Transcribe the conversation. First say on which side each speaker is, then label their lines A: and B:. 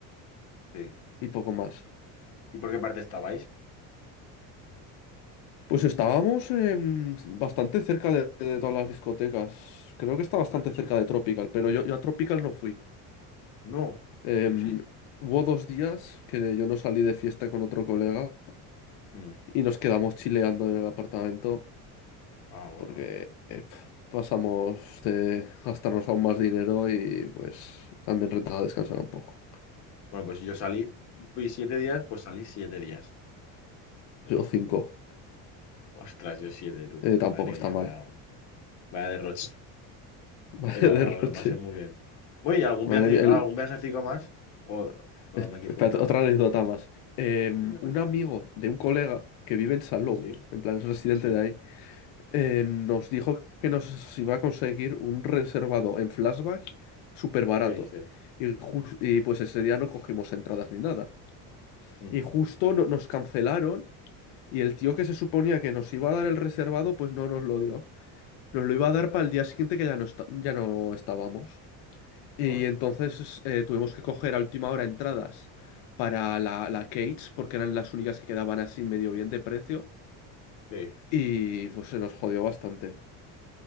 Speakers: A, on the left; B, on the left.
A: Sí.
B: y poco más.
A: ¿Y por qué parte estabais?
B: Pues estábamos em, bastante cerca de, de todas las discotecas. Creo que está bastante
A: Ostras, qué
B: cerca
A: suerte.
B: de Tropical, pero yo, yo a Tropical no fui.
A: No,
B: Em,
A: yo sí.
B: hubo dos días que yo no salí de fiesta con otro colega
A: Mm.
B: y nos quedamos chileando en el apartamento
A: Ah, bueno.
B: porque eh, pf, pasamos de gastarnos aún más dinero y pues también rentaba descansar un poco.
A: Bueno, pues si yo salí, fui siete días, pues salí siete días.
B: Yo cinco.
A: Ostras, yo siete, tú.
B: Eh, tampoco
A: Madre
B: está
A: mía,
B: mal.
A: vaya, vaya derroche.
B: <laughs> Vaya
A: Pero
B: derroche.
A: me lo pasé muy bien. Oye, ¿y ¿algún
B: Madre
A: viaje,
B: mía. el-
A: algún viajecito más? ¿O, o
B: es-
A: me quieres
B: Espérate,
A: comentar algo
B: otra
A: más?
B: anécdota más. Eh,
A: Dime, cuéntame
B: un amigo
A: tú.
B: de un colega que vive en Salou,
A: ¿Sí?
B: en plan es residente
A: ¿Sí?
B: de ahí, eh, nos dijo que nos iba a conseguir un reservado en flashback súper barato.
A: ¿Qué dices?
B: Y, jus- y pues ese día no cogimos entradas ni nada.
A: Mm,
B: Y justo no- nos cancelaron y el tío que se suponía que nos iba a dar el reservado, pues no nos lo dio. Nos lo iba
A: ostras,
B: a dar para el día siguiente que ya no, esta- ya no estábamos. Y
A: joder,
B: entonces eh, tuvimos que coger a última hora entradas para la, la Cage, porque eran las únicas que quedaban así medio bien de precio.
A: sí.
B: Y pues se nos jodió bastante.